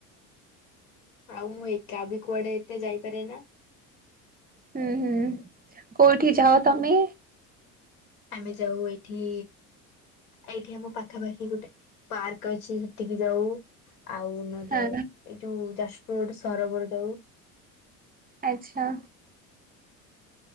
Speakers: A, on the left; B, on the right.
A: ଆଉ ମୁଁ ଏକା ବି କୁଆଡେ ଏତେ ଯାଇପାରେ ନା।
B: ଉଁ ହୁଁ, କୋଉଠି ଯାଅ ତମେ?
A: ଆମେ ଯାଉ ଏଇଠି ଏଇଠି ଆମ ପାଖାପାଖି ଗୋଟେ ପାର୍କ ଅଛି ସେଠିକି ଜାଉ ଆଉ ନହେଲେ
B: ହଁ
A: ଏଇ ଯୋଉ ଯାଜପୁର ରୋଡ଼ ସରୋବର ଯାଉ।
B: ଆଚ୍ଛା।